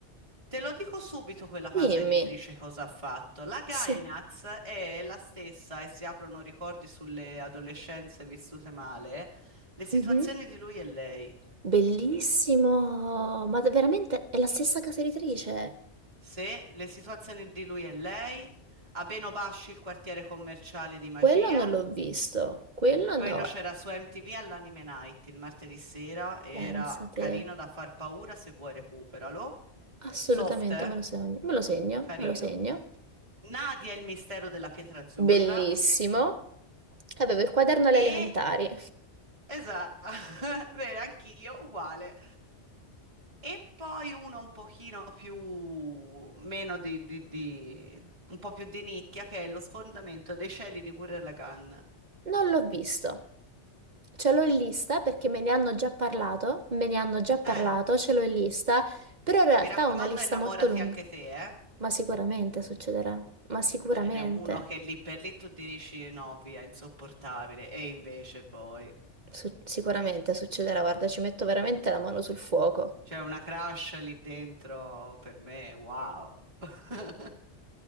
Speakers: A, on the right (about 30°); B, on the right (about 45°).
A: te lo dico subito quella casa
B: Dimmi.
A: editrice cosa ha fatto. La Gainax
B: Sì.
A: è la stessa e si aprono ricordi sulle adolescenze vissute male, le situazioni
B: Mhm.
A: di lui e lei.
B: Bellissimo, ma da- veramente è la stessa casa editrice.
A: Se le situazioni di lui e lei, Abeno Basci il quartiere commerciale di magia.
B: Quello non l'ho visto, quello
A: Quello
B: no.
A: c'era su MTV all'Anime Night il martedì sera, era
B: Pensate.
A: carino da far paura, se vuoi recuperalo.
B: Assolutamente,
A: Soft, eh?
B: me lo segno, me lo segno,
A: Carino.
B: me lo segno.
A: Nadia e il mistero della pietra azzurra
B: bellissimo. Avevo il quaderno alle
A: e...
B: elementari.
A: Esatto, <laughs> bene, anch'io uguale. E poi uno un pochino più... meno di, di- di- un po' più di nicchia, che è lo sfondamento dei cieli di Gurren Lagann.
B: Non l'ho visto. Ce l'ho in lista perché me ne hanno già parlato, me ne hanno già parlato,
A: Eh,
B: ce l'ho in lista, però in realtà
A: mi raccomando,
B: è una lista
A: innamorati
B: molto lunga.
A: anche te, eh?
B: Ma sicuramente succederà, ma sicuramente,
A: Ce n'è uno che lì per lì tu dici no, via, insopportabile. E invece poi
B: Su- sicuramente succederà, guarda, ci metto veramente la mano sul fuoco.
A: c'è una crush lì dentro per me, wow. <laughs>